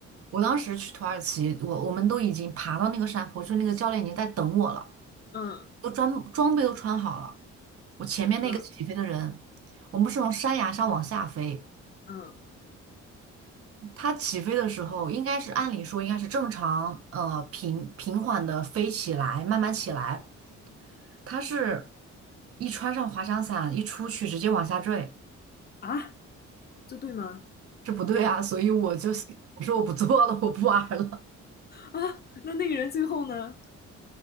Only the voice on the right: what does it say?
我当时去土耳其，我我们都已经爬到那个山坡，就那个教练已经在等我了，
都装装备都穿好了。我前面那个起飞的人，
我们不是从山崖上往下飞。
它起飞的时候，应该是按理说应该是正常，呃，平平缓的飞起来，慢慢起来。它是一穿上滑翔伞，一出去直接往下坠，
这不对啊！所以我就心我说我不做了，我不玩儿了。